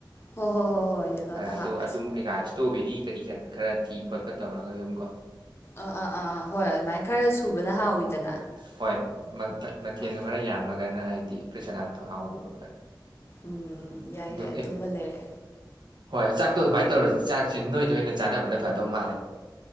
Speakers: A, on the left; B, on the right.
A: ꯍꯣꯏ ꯍꯣꯏ ꯍꯣꯏ ꯌꯦꯜꯂꯣꯗ
B: ꯍꯣꯏ ꯑꯗꯣ
A: ꯍꯥꯞꯄꯁꯦ
B: ꯑꯗꯨꯝ ꯀꯩꯀꯥ ꯏꯁꯇꯣꯕꯦꯔꯤ ꯀꯔꯤ ꯀꯔ ꯈꯔ ꯊꯤ ꯈꯣꯠꯄ ꯇꯧꯔꯒ ꯑꯗꯨꯝ ꯀꯣ
A: ꯑ ꯑꯥ ꯑꯥ ꯑꯥ ꯍꯣꯏ ꯑꯗꯨꯃꯥꯏꯅ ꯈꯔ ꯁꯨꯕꯅ ꯍꯥꯎꯋꯤꯗꯅ
B: ꯍꯣꯏ ꯃꯥ ꯃꯊꯦꯜꯗꯣ
A: ꯍꯣꯏ
B: ꯈꯔ ꯌꯥꯝꯃꯒ ꯅ ꯍꯥꯏꯗꯤ ꯄꯦꯁꯔ ꯁꯥꯂꯥꯠꯪꯇꯣ ꯍꯧꯕ ꯈꯣꯠꯄ
A: ꯎꯝ ꯎꯝ ꯌꯥꯏ
B: ꯑꯗꯣ
A: ꯌꯥꯏ ꯑꯗꯨꯃ
B: ꯑꯦ
A: ꯂꯩꯔꯦ꯫
B: ꯍꯣꯏ ꯆꯥꯛꯇꯣ ꯑꯗꯨꯃꯥꯏꯅ ꯇꯧꯔꯁꯤ ꯆꯥꯛꯁꯦ ꯅꯣꯏꯗ ꯑꯣꯏꯅ ꯆꯥꯟꯅꯕꯅ ꯐꯗꯧ ꯃꯥꯜꯂꯦ꯫